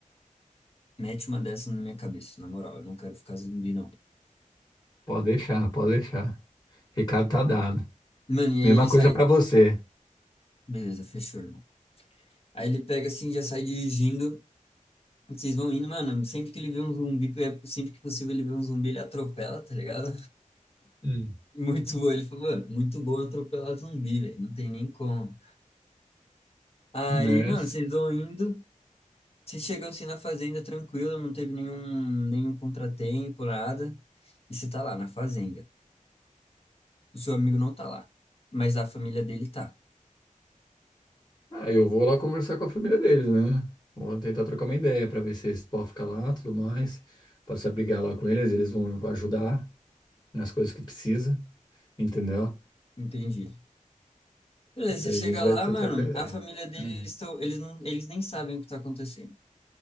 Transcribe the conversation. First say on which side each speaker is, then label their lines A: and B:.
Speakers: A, on the left; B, on the left.
A: mete uma dessa na minha cabeça, na moral, eu não quero ficar zumbi, não.
B: Pode deixar, pode deixar. Recado tá dado.
A: Mano, e aí
B: Mesma
A: ele sai,
B: coisa pra você.
A: beleza, fechou, irmão. Aí ele pega assim, já sai dirigindo. Vocês vão indo, mano. Sempre que ele vê um zumbi, é sempre que possível ele vê um zumbi, ele atropela, tá ligado?
B: Hum.
A: Muito bom. Ele falou, mano, muito bom atropelar zumbi, velho. Não tem nem como. Aí,
B: Né?
A: mano, vocês vão indo. Vocês chegam assim na fazenda tranquilo, não teve nenhum, nenhum contratempo, nada. E você tá lá na fazenda. O seu amigo não tá lá, mas a família dele tá.
B: Ah, eu vou lá conversar com a família deles, né? Vou tentar trocar uma ideia pra ver se eles podem ficar lá, tudo mais. Posso abrigar lá com eles, eles vão ajudar nas coisas que precisa, entendeu?
A: Entendi. Beleza,
B: Daí
A: você chega
B: a gente vai
A: lá,
B: ter
A: mano,
B: trocar ideia.
A: a família dele,
B: Uhum.
A: eles estão, eles não, eles nem sabem o que tá acontecendo.